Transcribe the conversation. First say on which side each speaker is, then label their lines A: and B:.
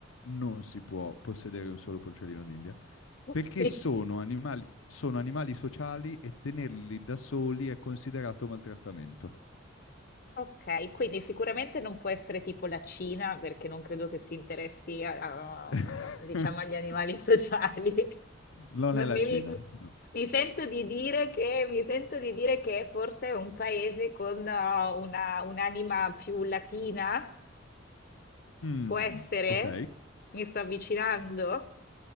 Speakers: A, on the left (about 85°); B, on the left (about 50°).
A: non si può possedere un solo porcellino d'India,
B: <laughs>
A: perché sono animali, sono animali sociali e tenerli da soli è considerato maltrattamento.
B: Ok, quindi sicuramente non può essere tipo la Cina, perché non credo che si interessi a-
A: <laughs>
B: a- a- diciamo, agli animali <laughs> sociali.
A: Non
B: M-
A: è la
B: Mi,
A: Cina,
B: mi-
A: no.
B: mi sento di dire che, mi sento di dire che forse è un paese con uh, una- un'anima più latina,
A: Mm,
B: può essere?
A: ok.
B: Mi sto avvicinando?